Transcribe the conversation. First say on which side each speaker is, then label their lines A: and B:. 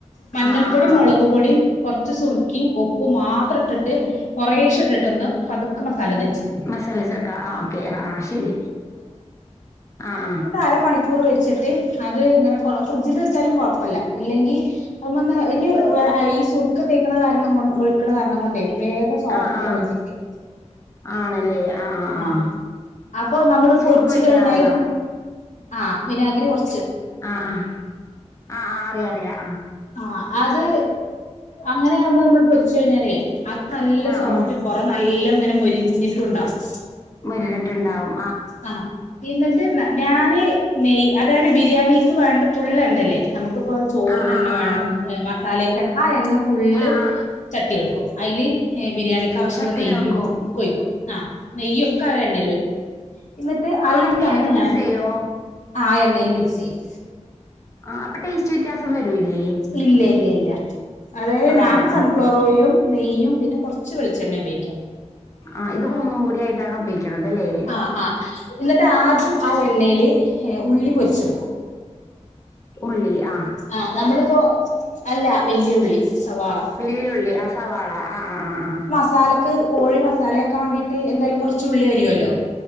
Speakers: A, on the left; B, on the left.
A: മഞ്ഞൾപ്പൊടിം,
B: ആഹ് ആഹ് ആഹ്
A: മൊളക് പൊടിം കൊർച്ച് സുർക്കിം, ഉപ് പ്പും മാത്രട്ട്ട്ട് കൊറേശെ ഇട്ട്ട്ട് ഒന്ന് പതുക്കെ മസാല തേ
B: മസാല ചേർക്ക ആഹ് ആഹ് ഓക്കെ. ആഹ് ആഹ് ശരി. ആഹ് ആഹ്
A: ത അരമണിക്കൂറ് വെച്ചിട്ട് അത് ങ്ങനെ കൊ ഫ്രിഡ്ജില് വെച്ചാലും കൊഴപ്പല്ല. ഇല്ലെങ്കി അവ്‌മന്ന് ഇഞ്ഞി വേ ഏ ഈ സുർക്ക തേക്ക്ണ കാരണം കൊണ്ട് ഒഴ്ക്ക്ണ കാരണം കൊണ്ടെ വേഗം സോഫ്റ്റാവും
B: ആ ആ
A: ചിക്കൻ
B: ആണല്ലേ ആ ആ ആ
A: ആഹ്. അപ്പൊ നമ്മള്
B: സുർക്ക
A: പൊര്ച്ച്
B: ഒഴിക്കണം
A: കഴിഞ്ഞാല്
B: ആറെണ്ണം
A: ആഹ്. വിനാഗ്രി കൊർ
B: ആഹ് ആഹ്. ആഹ് ആഹ് അറിയാ റിയാ ആഹ്
A: ആഹ്. അത് അങ്ങനെ ആവ്മ്പൊ മ്മള് പൊര്ച്ചെയ്ഞ്ഞാലേ അത് നല്ല
B: ആ
A: സോഫ്റ്റ്
B: ആ
A: പൊറ നല്ലം ങ്ങനെ മൊരിഞ്ഞിട്ടു ഉണ്ടാകും.
B: മൊര്ഞ്ഞിട്ട്ണ്ടാവും
A: ആഹ്. ഇന്ന്ട്ട് ന്ന ഞാന് നെയ്യ് തായത് ബിരിയാണിക്ക് വേണ്ട ഫുള്ളെണ്ണല്ലെ നമുക്ക്പ്പൊ ചോറ്ന്
B: ആ ആ
A: ണ്ണ
B: ആ
A: വേണം.
B: ആ
A: ഏ മസാലേക്ക് എണ്ണ ആ എണ്ണ ഫുള്ള്
B: ആ ആ
A: ചട്ടി വെക്കും. അയ്ല് ഏ ബിരിയാണി ക്കാവശ്യള്ള
B: ചട്ടിയിൽ
A: നെയ്യും
B: വെക്കും
A: ഒക്കൊ ഒഴിക്കും. ആഹ് നെയ്യൊക്കെ ആ എണ്ണേലൊയ്ക്കും ഇന്ന്ട്ട് അയിലാണ്
B: ആ എണ്ണയിലേക്ക് മിക്സ്
A: ഞൻ
B: ചെയ്യോ
A: ആഹ് ആ എണ്ണേല് മിക്സെയ്യും.
B: ആഹ്. അപ്പ ടേസ്റ്റ് വ്യത്യാസം വരൂല്ലേ?
A: ഇല്ല്യ ഇല്ല്യ ഇല്ല്യാ. അതായത് ഞാന്
B: ആ
A: സൺഫ്ലോർ
B: ആ
A: ഓയിലും, നെയ്യും പിന്നെ കൊർച്ച് ച്ചു വെൾച്ചെണ്ണേപയോക്യാ
B: ആഹ് ഇത് മൂന്നും കൂടായിയിട്ടാണ് പയേ ക്ക്ണതല്ലേ
A: ആഹ് ആഹ്. ന്ന്ട്ട് ആദ്യം ആ എണ്ണേല് ഏ ഉള്ളി പൊരിച്ചെട്ക്കും.
B: ഉള്ളി ആഹ്
A: ആഹ്. നമ്മള്പ്പോ അല്ല വല്യുള്ളി, സവാള
B: വല്ല്യുള്ളി, ആഹ് സവാള. ആഹ് ആഹ് ആഹ് ആഹ്
A: സാലക്ക് കോഴി മസാലേക്കാ വാണ്ടിട്ട് എന്തേലും കൊർച്ച് ഉള്ളി യരിയോല്ലോ